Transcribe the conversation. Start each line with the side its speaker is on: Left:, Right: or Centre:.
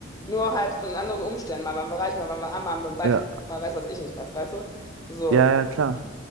Left: Nur halt in anderen Umständen. Mal waren wir reich, mal waren wir arm, mal haben wir im Wald
Right: ja,
Left: gewohnt, mal weiß was ich nicht was, weißt du? So,
Right: ja, ja, klar.